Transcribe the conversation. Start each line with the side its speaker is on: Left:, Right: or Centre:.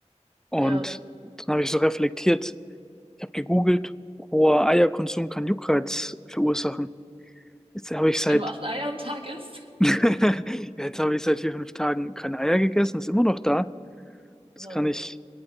Centre: Und
Right: ja.
Centre: dann habe ich so reflektiert, Ich habe gegoogelt, hoher Eierkonsum kann Juckreiz verursachen. Jetzt habe ich seit
Right: Wenn du acht Eier am Tag isst,
Centre: <laughs> ja, jetzt habe ich seit vier, fünf Tagen keine Eier gegessen, ist immer noch da. Das
Right: Aha.
Centre: kann ich